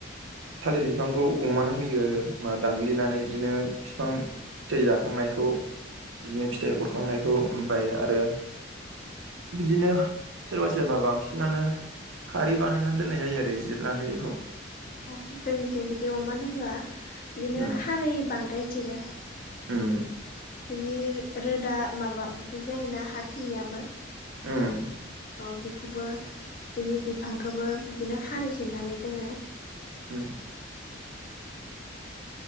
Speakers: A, on the right (about 80°); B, on the left (about 45°).
A: थालिर बिफांखौ अमानो होयो मा दानग्लिनानै बिदिनो बिफां फिथाइ जाखांनायखौ बिदिनो
B: औ
A: फिथाइ हरखांनायखौ ओमाय आरो बिदिनो सोरबा सोरबा बांसिनानो खारै बानायनानै दोननाय जायो आरो जिरनानै बेखौ।
B: औ जोंनिथिं बिदि अमानो होआ बिदिनो
A: उम
B: खारै बांद्राय जिरो।
A: उम
B: बिनि रोदा माबा जायोना हा सिंनियाबो
A: उम
B: अ बेखौबो बिनि बिफांखौबो बिदिनो खारै जेरनानै दोनो।
A: उम।